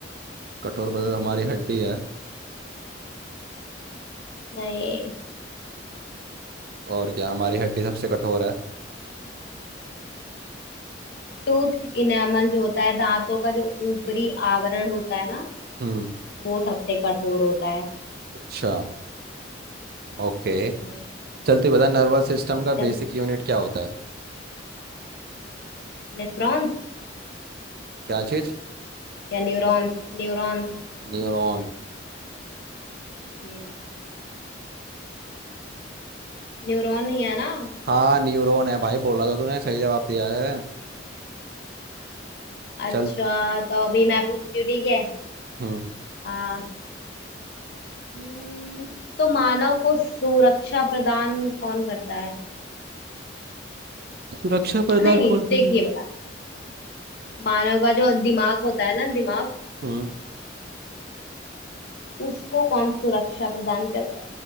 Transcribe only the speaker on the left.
नहीं
टूथ इनेमल जो होता है दांतों का जो ऊपरी आवरण होता है ना
वो सबसे कठोर होता है
हम्म
चल
नेफ्रॉन्स
या न्यूरॉन्स न्यूरॉन्स
हम्म न्यूरॉन ही है ना
अच्छा
तो अभी मैं पूछती हूँ ठीक है
हाँ हम्म, तो मानव को सुरक्षा प्रदान कौन करता है
नहीं नहीं
देखिए
बता मानव का जो दिमाग होता है ना दिमाग
उसको कौन सुरक्षा प्रदान करता